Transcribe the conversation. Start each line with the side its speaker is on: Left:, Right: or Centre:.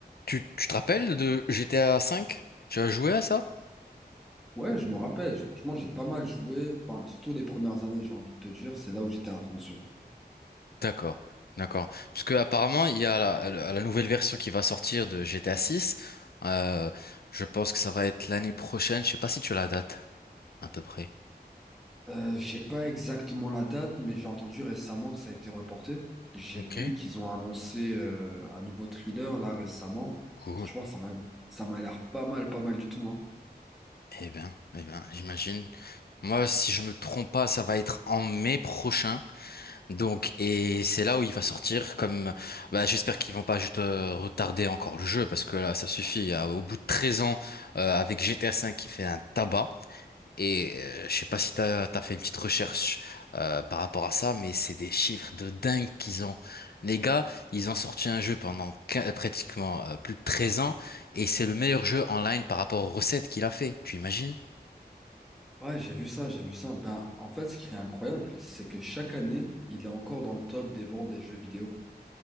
Left: Tu, tu te rappelles de GTA V? Tu as joué à ça?
Centre: Ouais, je me rappelle. Franchement, j'ai pas mal joué. Ben, surtout les premières années, j'ai envie de te dire, c'est là où j'étais à fond dessus.
Left: D'accord, d'accord. Parce que apparemment, il y a la, la- la nouvelle version qui va sortir de GTA 6. Euh, je pense que ça va être l'année prochaine. Je sais pas si tu as la date, à peu près.
Centre: Euh, j'ai pas exactement la date, mais j'ai entendu récemment que ça a été reporté. J'ai
Left: Ok,
Centre: vu qu'ils ont annoncé euh, un nouveau thriller là récemment.
Left: cool.
Centre: Franchement, ça m'a ça m'a l'air pas mal, pas mal du tout, hein.
Left: Eh bien, eh bien, j'imagine. Moi, si je me trompe pas, ça va être en mai prochain. Donc, et c'est là où il va sortir comme, bah, j'espère qu'ils vont pas juste euh, retarder encore le jeu parce que là, ça suffit. Euh, Au bout de 13 ans, euh, avec GTA V qui fait un tabac. Et euh, je sais pas si t'as, t'as fait une petite recherche euh, par rapport à ça, mais c'est des chiffres de dingue qu'ils ont. Les gars, ils ont sorti un jeu pendant quin- pratiquement euh, plus de 13 ans et c'est le meilleur jeu en ligne par rapport aux recettes qu'il a fait. Tu imagines?
Centre: Ouais, j'ai vu ça, j'ai vu ça. Ben, en fait, ce qui est incroyable, c'est que chaque année, il est encore dans le top des ventes des jeux vidéo.